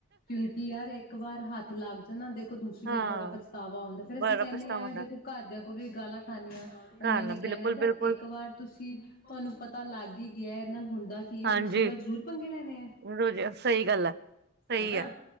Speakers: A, on the left; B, on the right.
A: ਕਿਉਂਕਿ ਯਾਰ ਇੱਕ ਵਾਰ ਹੱਥ ਲੱਗ ਜਾਣਾ ਦੇਖੋ ਦੂਸਰੀ
B: ਹਾਂ
A: ਵਾਰ ਬੜਾ ਪਛਤਾਵਾ ਹਉਂਦਾ। ਫੇਰ
B: ਬੜਾ
A: ਅਸੀਂ ਕਹਿੰਦੇ
B: ਪਛਤਾਵਾ
A: ਹਾਂ
B: ਹੁੰਦਾ
A: ਦੇਖੋ ਘਰਦਿਆਂ ਕੋਲ ਵੀ ਗਾਲਾਂ ਖਾਨਣੀਆਂ ਉਹਨਾਂ
B: ਘਰ ਨਾ
A: ਨੇ
B: ਬਿਲਕੁਲ
A: ਕਹਿਣਾ ਜ
B: ਬਿਲਕੁਲ
A: ਇੱਕ ਵਾਰ ਤੁਸੀਂ ਤੁਹਾਨੂੰ ਪਤਾ ਲੱਗ ਹੀ ਗਿਆ ਗਏ ਨਾ ਹੁੰਦਾ ਕੀ ਇਹ
B: ਹਾਂਜੀ
A: ਦੂਸਰੀ ਵਾਰ ਜ਼ਰੂਰ ਪੰਗੇ ਲੈਣੇ ਆ
B: ਰੋਜ਼ ਸਹੀ ਗੱਲ ਹੈ ਸਹੀ
A: ਹਨਾ
B: ਹੈ